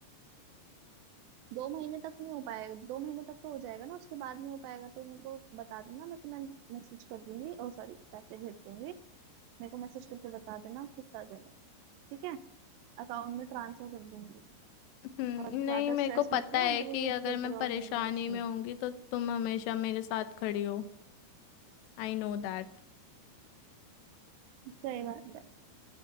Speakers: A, on the right (about 80°); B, on the left (about 80°).
A: दो महीने तक नहीं हो पाएगा दो महीने तक तो हो जाएगा ना उसके बाद नहीं हो पाएगा तो मेरे को बता देना मैं तुम्हें मैसेज कर दूंगी ओ सॉरी पैसे भेज दूंगी मेरे को मैसेज करके बता देना कितना देना ठीक है अकाउंट में ट्रांसफर कर दूंगी
B: हम्म,
A: और
B: नहीं
A: ज्यादा
B: मेरे
A: स्ट्रेस
B: को
A: मत
B: पता
A: लो
B: है
A: इंटरव्यू
B: कि अगर
A: देते
B: मैं
A: रहो
B: परेशानी
A: नहीं नहीं उसमें
B: में होंगी तो तुम हमेशा मेरे साथ खड़ी हो I know that
A: सही बात है